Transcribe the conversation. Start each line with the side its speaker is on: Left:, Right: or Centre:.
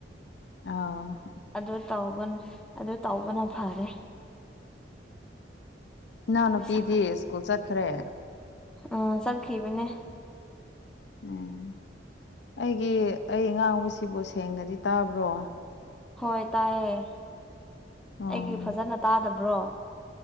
Left: ꯑ
Centre: ꯑꯗꯨ ꯇ ꯑꯗꯨ ꯇꯧꯕꯅ ꯐꯔꯦ
Left: ꯏꯅꯥꯎ ꯅꯨꯄꯤꯗꯤ
Centre: ꯄꯩꯁꯥ
Left: ꯁ꯭ꯀꯨꯜ ꯆꯠꯈ꯭ꯔꯦ
Centre: ꯑ ꯆꯠꯈꯤꯕꯅꯦ
Left: ꯎꯝ ꯑꯩꯒꯤ ꯑꯩ ꯉꯥꯡꯕꯁꯤꯕꯨ ꯁꯦꯡꯅꯗꯤ ꯇꯥꯕ꯭ꯔꯣ
Centre: ꯍꯣꯏ ꯇꯥꯏꯌꯦ ꯑꯩꯒꯤ
Left: ꯎꯝ
Centre: ꯐꯖꯅ ꯇꯥꯗꯕ꯭ꯔꯣ